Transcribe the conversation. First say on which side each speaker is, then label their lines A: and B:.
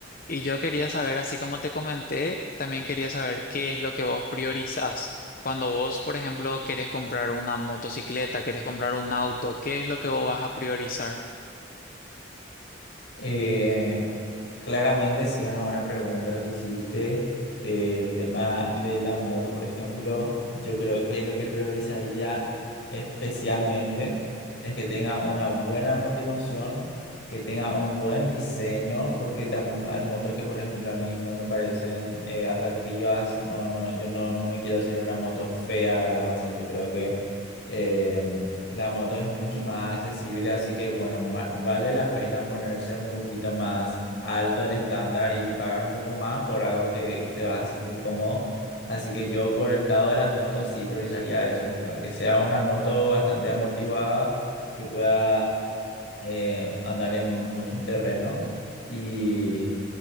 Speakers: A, on the left; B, on the left.
A: Y yo quería saber, así como te comenté, también quería saber qué es lo que vos priorizás. Cuando vos, por ejemplo, querés comprar una motocicleta, querés comprar un auto, ¿qué es lo que vos vas a priorizar?
B: Eh, claramente sí es una buena pregunta lo que hiciste. Eh, el tema de la moto, por ejemplo, yo creo que lo que priorizaría especialmente es que tenga una buena amortiguación, que tenga un buen diseño, porque tam- hay motos que, por ejemplo, a mí no me parecen eh, atractivas. No, no, yo no, no me quiero subir a una moto fea, ¿verdad? O sea, yo creo que eh, la moto es mucho más accesible, así que bueno, ma- vale la pena ponerse un poquito más alto el estándar y pagar un poco más por algo que te vas a sentir cómodo. Así que yo por el lado de las motos sí priorizaría eso, o sea, que sea una moto bastante amortiguada, que pueda eh, andar en muchos terrenos y,